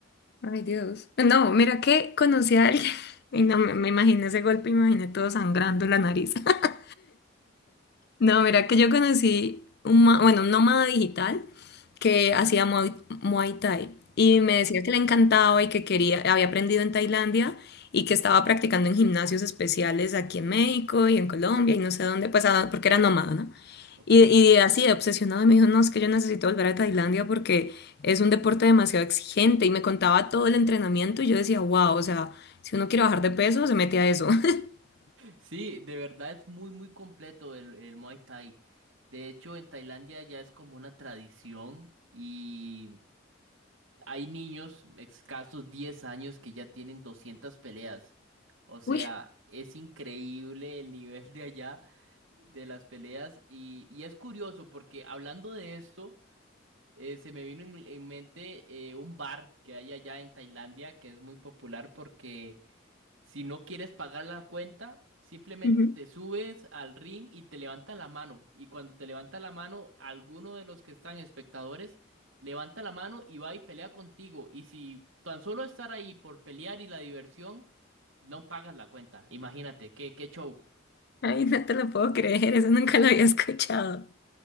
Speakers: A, on the left (about 55°); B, on the right (about 75°).
A: Ay, Dios. No, mira que conocí a alguien <laughs> y no me, me imaginé ese golpe, me imaginé todo sangrando la nariz. <laughs> No, mira que yo conocí un, ma- bueno, un nómada digital que hacía Muay, Muay Thai y
B: Ah,
A: me decía que le encantaba y que quería, había aprendido en Tailandia y que estaba practicando en gimnasios especiales aquí en México y en Colombia y no sé dónde, pues ah, porque era nómada, ¿no?
B: ok.
A: Y, y así, de obsesionado, me dijo, no, es que yo necesito volver a Tailandia porque es un deporte demasiado exigente. Y me contaba todo el entrenamiento y yo decía, wow, o sea, si uno quiere bajar de peso, se mete a eso. <laughs>
B: Sí, de verdad es muy, muy completo el, el Muay Thai. De hecho, en Tailandia ya es como una tradición y hay niños, escasos 10 años, que ya tienen 200 peleas. O sea,
A: Uy,
B: es increíble el nivel de allá de las peleas. Y, y es curioso porque hablando de esto, eh, se me vino en, en mente eh, un bar que hay allá en Tailandia que es muy popular porque si no quieres pagar la cuenta, simplemente
A: Ujú.
B: te subes al ring y te levantan la mano. Y cuando te levanta la mano, alguno de los que están espectadores levanta la mano y va y pelea contigo. Y si tan solo estar ahí por pelear y la diversión, no pagas la cuenta. Imagínate, qué, qué show.
A: Ay, no te lo puedo creer, eso nunca lo había escuchado.